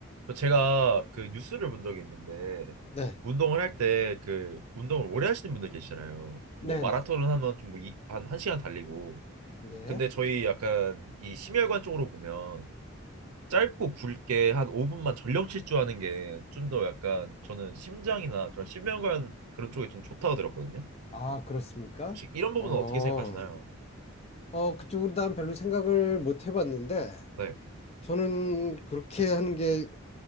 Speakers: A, on the right (about 80°); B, on the left (about 25°).
A: 또 제가 그 뉴스를 본 적이 있는데
B: 네.
A: 운동을 할 때 그 운동을 오래 하시는 분들 계시잖아요. 뭐
B: 네네.
A: 마라톤을 하면 좀뭐한 한시간 달리고
B: 예.
A: 근데 저희 약간 이 심혈관 쪽으로 보면 짧고 굵게 한 5분만 전력 질주하는 게 좀 더 약간 저는 심장이나 그런 심혈관 그런 쪽에 좀 좋다고 들었거든요.
B: 아, 그렇습니까?
A: 혹시 이런 부분은
B: 어,
A: 어떻게 생각하시나요?
B: 어, 그쪽으로 난 별로 생각을 못 해봤는데,
A: 네,
B: 저는 그렇게 하는 게